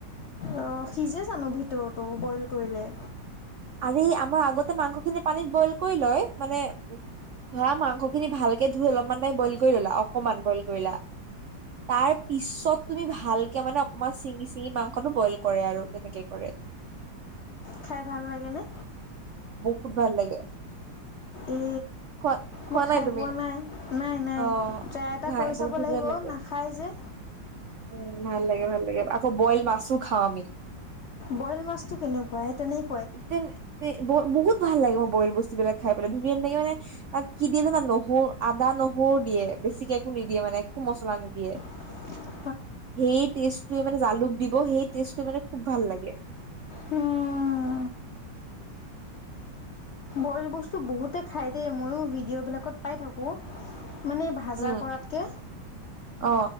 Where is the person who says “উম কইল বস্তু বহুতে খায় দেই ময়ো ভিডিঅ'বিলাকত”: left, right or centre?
Left